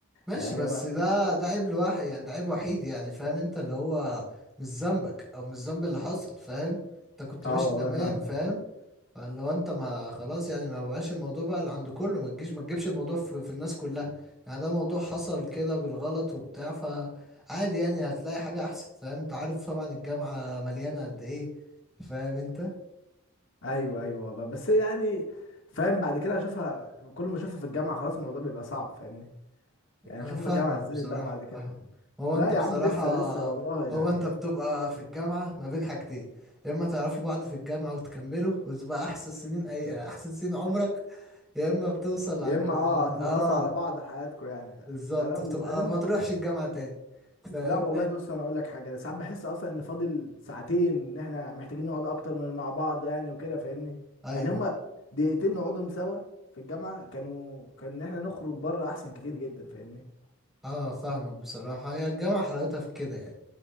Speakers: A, in the centre; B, on the left.
A: ماشي
B: يعني
A: بس
B: ما
A: ده ده عيب لواحد يعني ده عيب وحيد يعني فاهم انت اللي هو مش ذنبك او مش ذنب اللي حصل فاهم انت كنت
B: اه
A: ماشي
B: والله
A: تمام
B: فاهم
A: فاهم فلو انت ما خلاص يعني ما بقاش الموضوع بقى اللي عند كله ما تجيش ما تجيبش الموضوع في, في الناس كلها يعني ده موضوع حصل كده بالغلط وبتاع فعادي يعني هتلاقي حاجة احسن فاهم انت عارف طبعا الجامعة مليانة قد ايه فاهم انت
B: ايوه ايوه والله بس يعني فاهم بعد كده اشوفها كل ما اشوفها في الجامعه خلاص الموضوع بيبقى صعب فاهمني يعني
A: انا
B: اشوفها
A: فاهمك
B: في الجامعه ازاي
A: بصراحة
B: بقى بعد كده
A: فاهمك. هو
B: لا
A: انت
B: يا
A: بصراحة
B: عم لسه لسه والله يعني
A: هو انت بتبقى في الجامعة ما بين حاجتين يا اما تعرفوا بعض في الجامعة وتكملوا وتبقى احسن سنين اي احسن سنين عمرك يا اما بتوصل
B: يا
A: عند
B: اما اه هتنغصوا
A: اه
B: على بعض حياتكم يعني
A: بالظبط
B: آه، لا
A: بتبقى
B: وبعدين
A: ما تروحش الجامعة تاني فاهم
B: لا والله بص انا اقول لك حاجه أنا ساعات بحس اصلا ان فاضل ساعتين ان احنا محتاجين نقعد اكتر من مع بعض يعني وكده فاهمني
A: ايوه
B: يعني هما دقيقتين نقعدهم سوا في الجامعه كانوا كان ان احنا نخرج بره احسن كتير جدا فاهمني
A: اه فاهمك بصراحة هي الجامعة حلاوتها في كده يعني